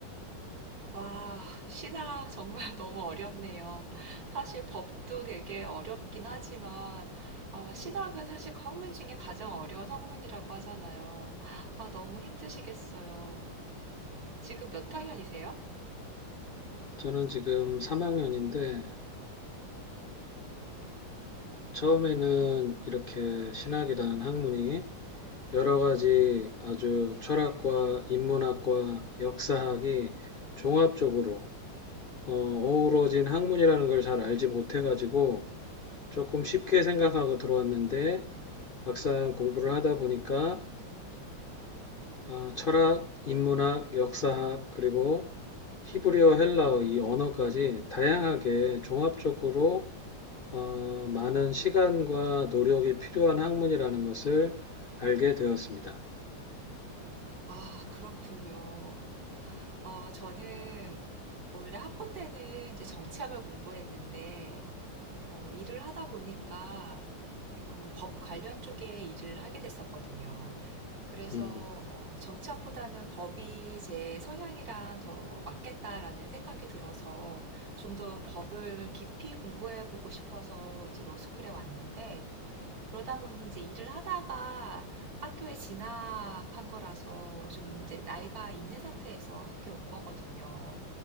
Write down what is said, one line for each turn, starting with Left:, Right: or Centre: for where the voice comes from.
Right: 와, 신학 정말 <laughs> 너무 어렵네요. 사실 법도 되게 어렵긴 하지만 아, 신학은 사실 그 학문 중에 가장 어려운 학문이라고 하잖아요. 아, 너무 힘드시겠어요. 지금 몇 학년이세요?
Left: 저는 지금 3학년인데, 처음에는 이렇게 신학이라는 학문이 여러 가지 아주 철학과 인문학과 역사학이 종합적으로 어, 어우러진 학문이라는 걸 잘 알지 못해가지고 조금 쉽게 생각하고 들어왔는데 막상 공부를 하다 보니까 어, 철학, 인문학, 역사학 그리고 히브리어, 헬라어 이 언어까지 다양하게 종합적으로 어, 많은 시간과 노력이 필요한 학문이라는 것을 알게 되었습니다.
Right: 아, 그렇군요. 어, 저는 원래 학부 때는 이제 정치학을 공부했는데, 어, 일을 하다 보니까 좀 법 관련 쪽에 일을 하게 됐었거든요. 그래서
Left: 음,
Right: 어, 정치학보다는 법이 제 성향이랑 더 맞겠다라는 생각이 들어서 좀 더 법을 깊이 공부해 보고 싶어서 이제 로스쿨에 왔는데, 그러다 보니 이제 일을 하다가 학교에 진학한 거라서 좀 이제 나이가 있는 상태에서 학교에 온 거거든요.